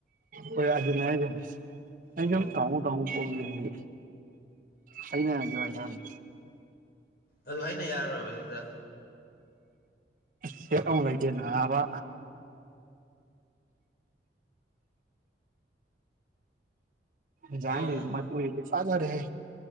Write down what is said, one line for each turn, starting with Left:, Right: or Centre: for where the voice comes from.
Right: ꯍꯣꯏ ꯑꯗꯨꯅꯦ ꯍꯥꯏꯁꯦ ꯑꯩ
Left: ꯑꯣ
Right: ꯁꯨꯝ ꯀꯥꯎꯕꯨ ꯀꯥꯎꯕꯨ ꯑꯣꯛ ꯌꯦꯟꯒꯤ ꯍꯣꯏꯅꯤꯡ ꯍꯣꯏꯖꯔꯁꯅꯨ
Left: ꯑꯗꯨ ꯑꯩꯅ ꯌꯥꯔꯨꯔꯕ ꯍꯦꯛꯇ
Right: ꯁꯦꯛ ꯑꯃꯨꯛ ꯂꯩꯇꯦ ꯅꯕ ꯏꯟꯖꯥꯡꯗꯤ
Left: ꯌꯣꯡ
Right: ꯃꯟ ꯄꯨꯢꯒꯤꯁꯦ ꯐꯖꯔꯦꯍꯦ